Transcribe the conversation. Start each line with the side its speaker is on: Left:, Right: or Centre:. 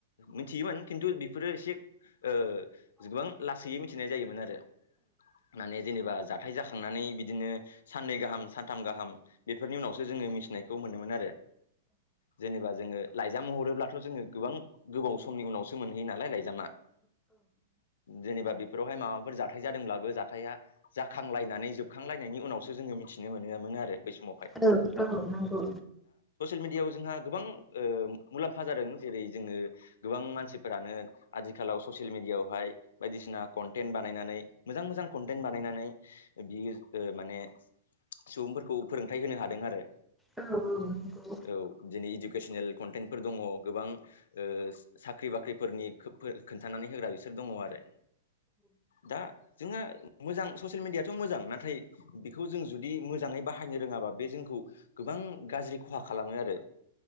Left: मिथियोमोन खिन्थु बेफोरो एसे ओ गोबां लासैयै मिथिनाय जायोमोन आरो। माने जेनेबा जाथाय जाखांनानै बिदिनो साननै गाहाम सानथाम गाहाम बेफोरनि उनावसो जोङो मिथिनायखौ मोनोमोन आरो जेनेबा जोङो लाइ जाम हरोब्लाथ' जोङो गोबां गोबाव समनि उनावसो मोनहैयो नालाय लाइ जामा जेनबा बेफोरावहाय माबाफोर जाथाय जादोंब्लाबो जाथाया जाखांलायनानै जोबखांलायनायनि उनावसो जोङो मिथिनो मोनोमोन। न आरो समावहाय
Centre: औ औ नोंगौ।
Left: मिडियाआव जोंहा गोबां ओ मुलाम्फा जादों जेरै जोङो गोबां मानसिफोरानो आथि खालाव ससियेल मिडियाआवहाय बायदिसिना कनटेन्ट बानायनानै मोजां मोजां कनटेन्ट बानायनानै बियो ओ माने सुबुंफोरखौ फोरोंथाइ होनो हादों आरो।
Centre: औ औ औ।
Left: औ दिनि इडुकेसनेल कन्टेन्टफोर दंङ गोबां ओ साख्रि बाख्रिफोरनि खोन्थानानै होग्रा बिसोर दंङ आरो दा जोंङो मोजां ससियेल मिडियाथ' मोजां नाथाय बेखौ जों जुदि मोजाङै बाहायनो रोङाबा बे जोंखौ गो गोबां गाज्रि खहा खालामो आरो